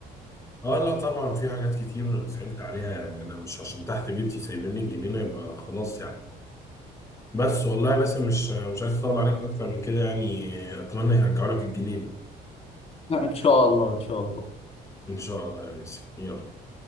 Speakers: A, on the left; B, on the left.
A: اه لا طبعا في حاجات كتير زعلت عليها يعني انا مش عشان تحت بيتي سايبين لي الجنينة يبقى خلاص يعني بس والله بس مش مش عايز اطول عليك اكتر من كده يعني اتمنى يرجعوا لك الجنينة
B: <laughs> ان شاء الله ان شاء الله
A: ان شاء الله يا باسم يلا